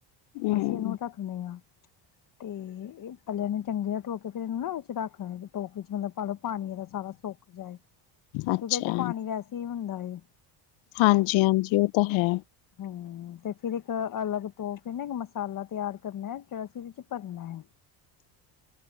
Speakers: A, on the left; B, on the left.
A: ਹੂੰ,
B: ਅਸੀਂ ਇਹਨੂੰ ਰੱਖਦੇ ਹਾਂ ਅਤੇ ਇਹ ਪਹਿਲੇ ਇਹਨੂੰ ਚੰਗੇ ਤਰ੍ਹਾਂ ਧੋ ਕੇ ਫਿਰ ਇਹਨੂੰ ਨਾ ਉਹ 'ਚ ਰੱਖ ਲੈਣਾ ਟੋਕਰੀ ਵਿੱਚ ਮਤਲਬ ਪਲ ਪਾਣੀ ਇਹਦਾ ਸਾਰਾ ਸੁਕ ਜਾਏ ਕਿਉਂਕਿ
A: ਅੱਛਾ।
B: ਇਹਦੇ ਵਿੱਚ ਪਾਣੀ ਵੈਸੇ ਹੀ ਹੁੰਦਾ ਏ
A: ਹਾਂਜੀ -ਹਾਂਜੀ ਉਹ ਤਾਂ ਹੈ
B: ਹੂ ਤੇ ਫਿਰ ਇੱਕ ਅਲੱਗ ਤੋਂ ਫਿਰ ਨਾ ਇੱਕ ਮਸਾਲਾ ਤਿਆਰ ਕਰਨਾ ਜਿਹੜਾ ਅਸੀਂ ਉਹਦੇ ਚ ਭਰਨਾ ਹੈ
A: <inaudible>